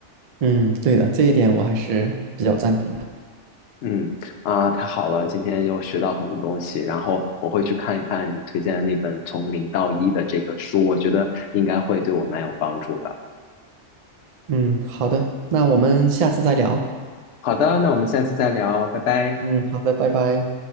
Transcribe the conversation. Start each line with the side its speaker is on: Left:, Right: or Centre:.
Right: 嗯，对的，这一点我还是比较赞同的。
Left: 嗯啊，太好了，今天又学到很多东西，然后我会去看一看你推荐的那本《从零到一》的这个书，我觉得应该会对我蛮有帮助的。
Right: 嗯，好的，那我们下次再聊。
Left: 好的，那我们下次再聊，拜拜。
Right: 嗯，好的，拜拜。